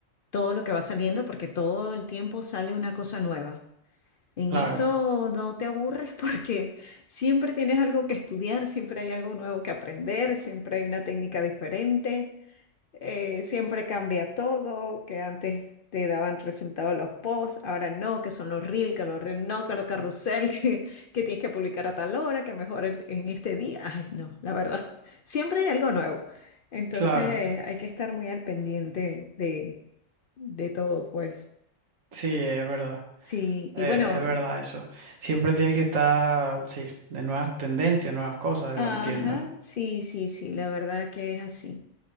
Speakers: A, on the left; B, on the right.
A: todo lo que va saliendo porque todo el tiempo sale una cosa nueva. En
B: Claro,
A: esto no te aburres <laughs> porque siempre tienes algo que estudiar, siempre hay algo nuevo que aprender, siempre hay una técnica diferente, eh, siempre cambia todo, que antes te daban resultados los posts, ahora no, que son los reels, que los reels no, que los carrusel, <laughs> que, que tienes que publicar a tal hora, que mejor en, en este día. Ay, no, la verdad, <laughs> siempre hay algo nuevo. Entonces,
B: claro.
A: eh, hay que estar muy al pendiente de, de todo, pues.
B: Sí, es verdad.
A: Sí,
B: Eh,
A: y bueno.
B: es verdad eso. Siempre tienes que estar, sí, de nuevas tendencias, nuevas cosas,
A: Ajá,
B: lo entiendo.
A: sí, sí, sí, la verdad que es así.